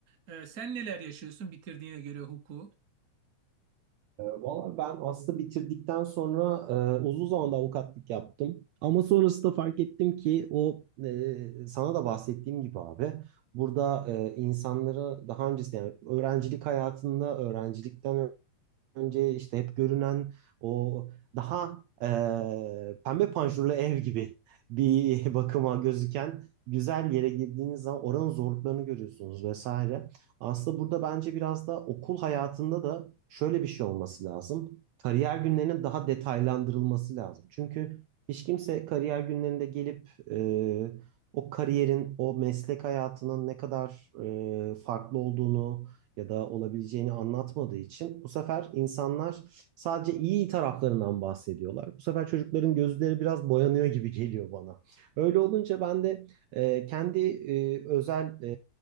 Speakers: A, on the right (about 40°); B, on the right (about 75°).
A: E, sen neler yaşıyorsun bitirdiğine göre hukuku?
B: E, Valla ben aslında bitirdikten sonra e, uzun zamanda avukatlık yaptım. Ama sonrasında fark ettim ki o e, sana da bahsettiğim gibi abi burada e, insanlara daha öncesinde yani öğrencilik hayatında öğrencilikten önce işte hep görünen o daha e, pembe panjurlu ev gibi <laughs> bir bakıma gözüken güzel yere girdiğiniz zaman oranın zorluklarını görüyorsunuz vesaire. Aslında burada bence biraz da okul hayatında da şöyle bir şey olması lazım. Kariyer günlerinin daha detaylandırılması lazım. Çünkü hiç kimse kariyer günlerinde gelip e, o kariyerin, o meslek hayatının ne kadar e, farklı olduğunu ya da olabileceğini anlatmadığı için bu sefer insanlar sadece iyi taraflarından bahsediyorlar. Bu sefer çocukların gözleri biraz boyanıyor gibi geliyor bana. Öyle olunca ben de e, kendi e, özel e,